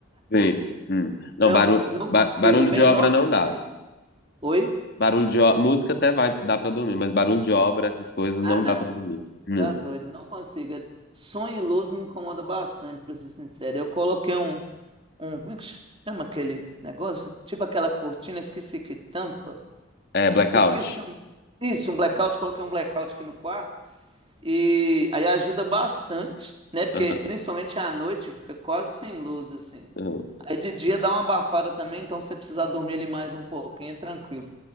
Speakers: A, on the left; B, on the right.
A: Sim. Hum. Não,
B: Não,
A: barulho,
B: não
A: barulho
B: consigo. Menor
A: de obra não
B: que seja.
A: dá.
B: Oi?
A: Barulho de obra, música até vai, dá pra dormir, mas barulho de obra, essas coisas
B: Ah,
A: não
B: não.
A: dá pra dormir. Hum.
B: Tá doido, não consigo. É- Sonho e luz me incomoda bastante, pra ser sincero. Eu coloquei um. um, como é que chama aquele negócio? Tipo aquela cortina, esqueci que tampa.
A: É, blackout.
B: Esqueci. o Isso, um blackout, coloquei um blackout aqui no quarto. E aí ajuda bastante, né? Porque
A: Aham,
B: principalmente à noite fica quase sem luz, assim.
A: aham.
B: Aí de dia dá uma abafada também, então se você precisar dormir ali mais um pouquinho, é tranquilo.